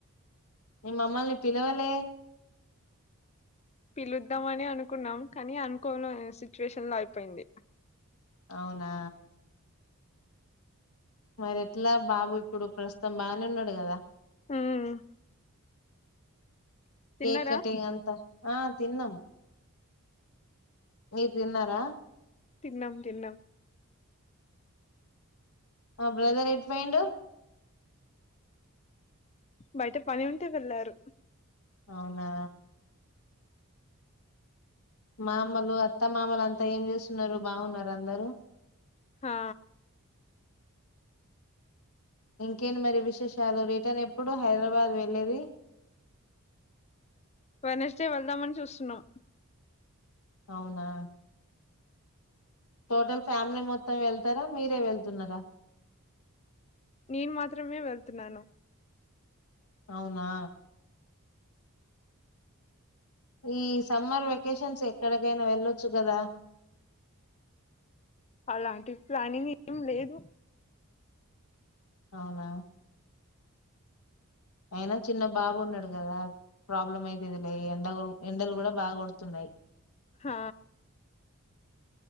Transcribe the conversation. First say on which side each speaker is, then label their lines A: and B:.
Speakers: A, on the left (about 80°); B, on the left (about 30°).
A: మీరు మమ్మల్ని పిలవలే
B: పిలుద్దామని అనుకున్నాం కానీ అనుకోని సిచ్యువేషన్ లో అయిపోయింది
A: అవునా మరి ఎట్లా బాబు ఇప్పుడు ప్రస్తుతం బాగానే ఉన్నాడు కదా
B: ఉమ్ తిన్నారా
A: కేక్ కటింగ్ అంతా ఆ తిన్నాం మీరు తిన్నారా
B: తిన్నం తిన్నం
A: ఆ బ్రదర్ ఎటు పోయిండు
B: బయట పని ఉంటే వెళ్ళారు
A: అవునా మామలు అత్త మామలు అంతా ఏం చేస్తున్నారు బాగున్నారా అందరూ
B: హా
A: ఇంకేంటి మరి విశేషాలు రిటర్న్ ఎప్పుడు హైదరాబాద్ వెళ్ళేది
B: వెడ్నెస్డే వెళ్దామని చూస్తున్నాం
A: అవునా టోటల్ ఫ్యామిలీ మొత్తం వెళ్తారా మీరే వెళ్తున్నారా
B: నేను మాత్రమే వెళ్తున్నాను
A: అవునా ఈ సమ్మర్ వెకేషన్స్ ఎక్కడికైనా వెళ్ళొచ్చు కదా
B: అలాంటి ప్లానింగ్ ఏం లేదు
A: అవునా అయినా చిన్న బాబు ఉన్నాడు కదా ప్రాబ్లం అయితుది లే ఎండ ఎండలు కూడా బాగా కొడుతున్నాయి
B: హా